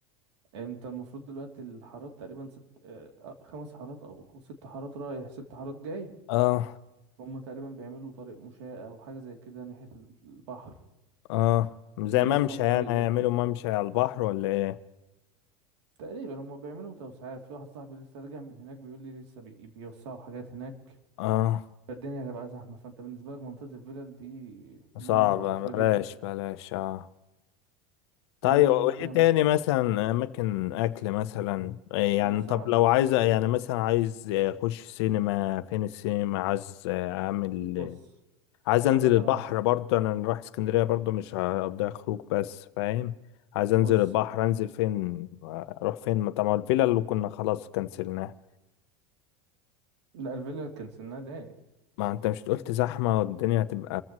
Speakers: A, on the right; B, on the left.
A: انت المفروض دلوقتي الحارات تقريبا ست اه، خمس حارات او ست حارات رايح ست حارات جاي
B: اه
A: هما تقريبا بيعملوا طريق مشاة او حاجة زي كده ناحية ال- البحر
B: اه زي
A: بيوسعوا
B: ممشى
A: الطريق
B: يعني هيعملوا
A: ده
B: ممشى على البحر ولا ايه
A: تقريبا هما بيعملوا توسعات في واحد صاحبي لسه راجع من هناك بيقول لي لسه بي- بيوسعوا حاجات هناك
B: اه
A: فالدنيا هتبقى زحمة فانت بالنسبة لك منطقة الفلل دي الدنيا
B: صعبة
A: هتبقى لطيفة
B: بلاش
A: جدا
B: بلاش اه طيب
A: زائد
B: وايه
A: ان انت ياما
B: تاني مثلا اماكن اكل مثلا إيه
A: بص
B: يعني طب
A: يا معلم
B: لو عايز يعني مثلا عايز اخش سينما فين السينما عايز اعمل
A: بص
B: عايز انزل
A: اقول لك
B: البحر
A: على حاجة
B: برضه انا رايح اسكندريه برضه مش هقضيها خروج بس فاهم عايز انزل
A: بص
B: البحر انزل فين اروح فين ما طبعا الفيلا اللي كنا خلاص كنسلناها
A: لا الفلل كنسلناها ليه
B: ما انت مش قلت زحمه والدنيا هتبقى